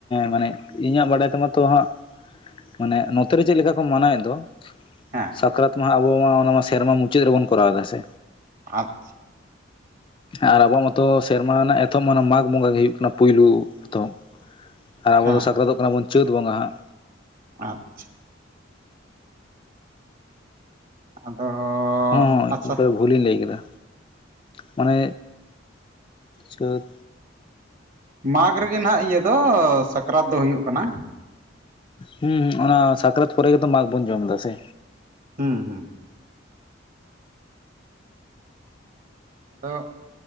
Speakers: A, on the left; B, on the right.
A: ᱢᱟᱱᱮ ᱤᱧᱟᱹᱜ ᱵᱟᱰᱟᱭ ᱛᱮᱢᱟ ᱛᱚ ᱦᱟᱸᱜ ᱢᱟᱱᱮ ᱱᱚᱛᱮ ᱨᱮ ᱪᱮᱫᱞᱮᱠᱟ ᱠᱚ ᱢᱟᱱᱟᱣᱮᱫ ᱫᱚ
B: ᱦᱮᱸ
A: ᱥᱟᱠᱨᱟᱛ ᱢᱟᱦᱟ ᱟᱵᱚ ᱢᱟ ᱚᱱᱟ ᱥᱮᱨᱢᱟ ᱢᱩᱪᱟᱹᱫ ᱨᱮᱵᱚᱱ ᱠᱚᱨᱟᱣ ᱮᱫᱟ ᱥᱮ
B: ᱟᱪᱪᱷᱟ
A: ᱟᱨ ᱟᱵᱚᱣᱟᱜ ᱢᱟᱚᱛᱚ ᱥᱮᱨᱢᱟ ᱨᱮᱱᱟᱜ ᱮᱛᱚᱦᱚᱵ ᱢᱟ ᱢᱟᱜᱽ ᱵᱚᱸᱜᱟ ᱜᱮ ᱦᱩᱭᱩᱜᱜ ᱠᱟᱱᱟ ᱯᱩᱭᱭᱞᱩ ᱮᱛᱚᱦᱚᱵ ᱟᱨ ᱟᱵᱚ
B: ᱦᱮᱸ
A: ᱫᱚ ᱥᱟᱠᱨᱟᱛᱚᱜ ᱠᱟᱱᱟ ᱵᱚᱱ ᱪᱟᱹᱛ ᱵᱚᱸᱜᱟ ᱦᱟᱸᱜ
B: ᱟᱪᱪᱷᱟ ᱟᱫᱚ
A: ᱦᱮ
B: ᱟᱪᱪᱷᱟ
A: ᱵᱷᱩᱞᱤᱧ ᱞᱟᱹᱭ ᱠᱮᱫᱟ ᱢᱚᱱᱮ ᱪᱟᱹᱛ
B: ᱢᱟᱜᱽ ᱨᱮᱜᱮ ᱱᱟᱦᱟᱜ ᱤᱭᱟᱹ ᱫᱚ ᱥᱟᱠᱨᱟᱛ ᱫᱚ ᱦᱩᱭᱩᱜ ᱠᱟᱱᱟ᱾
A: ᱦᱮᱸ ᱚᱱᱟ ᱥᱟᱠᱨᱟᱛ ᱯᱚᱨᱮ ᱜᱮᱛᱚ ᱢᱟᱜᱷ ᱵᱚᱱ ᱡᱚᱢ ᱫᱟᱥᱮ
B: ᱦᱩ ᱦᱩ ᱟᱫᱚ